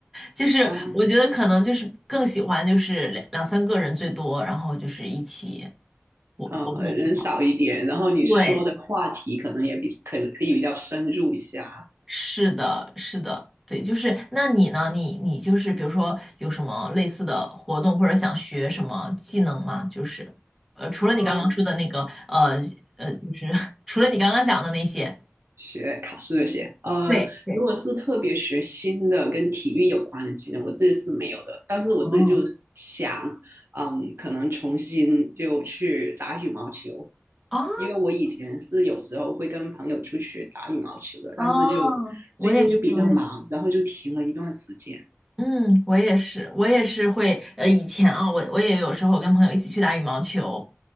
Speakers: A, in the centre; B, on the right.
A: 就是我觉得可能就是更喜欢就是两两三个人最多，
B: 啊，
A: 然后就是一起活活动一下。
B: 呃，人少一点，然后你说的话题可能也比可能可以比较深入一下，
A: 对，是的，是的，对，就是那你呢？你你就是比如说有什么类似的活动，或者想学什么技能吗？就是呃，除了你刚刚说的那个，
B: 嗯，
A: 呃呃，就是 <laughs> 除了你刚刚讲的那些，
B: 学考试这些，呃，
A: 对对，
B: 如果是特别学新的跟体育有关的技能，我自己是没有的。但是我自己就想，
A: 哦
B: 嗯，可能重新就去打羽毛球，
A: 哦
B: 因为我以前是有时候会跟朋友出去打羽毛球的，
A: 哦，
B: 但是就
A: 我也是，
B: 最近就比较忙，
A: 我也是。
B: 然后就停了一段时间。
A: 嗯，我也是，我也是会，呃，以前啊，我我也有时候跟朋友一起去打羽毛球，